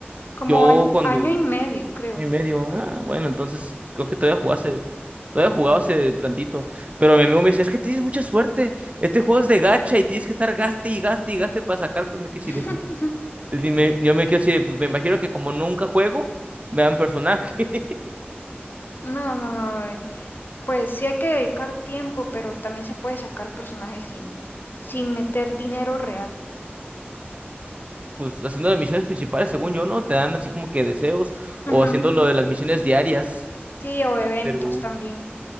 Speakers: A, on the left; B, on the right.
A: Como
B: yo
A: año,
B: cuando
A: año y medio, creo.
B: año y medio, ah, bueno, entonces creo que todavía jugaba hace, todavía jugaba hace tantito. Pero mi amigo me dice, es que tienes mucha suerte. Este juego es de gacha y tienes que estar gaste y gaste y gaste para sacar, pues me quedé así
A: <laughs>
B: de, pues, dime, yo me quedé así de, pues me imagino que como nunca juego, me dan personaje. <laughs>
A: No, no, no. Pues sí hay que dedicar tiempo, pero también se puede sacar personajes sin, sin meter dinero real.
B: Pues haciendo las misiones principales, según yo, ¿no? Te dan así como que deseos, o
A: Ujú.
B: haciendo lo de las misiones diarias.
A: Sí, o eventos
B: Pero
A: también.